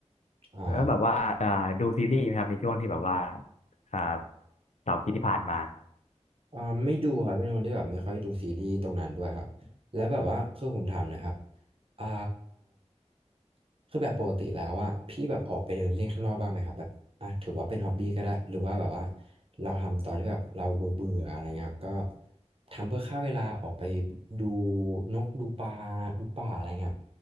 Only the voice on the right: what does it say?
อ่า
อ่าไม่ดูครับเป็นคนที่แบบไม่ค่อยดูซีรีส์ตรงนั้นด้วยครับแล้วแบบว่าคือผมถามหนะครับอ่าคือแบบปกติแล้วว่าพี่แบบออกไปเดินเล่นข้างนอกบ้างไหมครับแบบอ่ะถือว่าเป็นฮ็อบบี้ก็ได้หรือว่าแบบว่าเราทำตอนที่แบบเราเบื่อเบื่ออะไรเงี้ยครับก็ทำเพื่อฆ่าเวลาออกไปดูนกดูปลาดูป่าอะไรเงี้ยครับ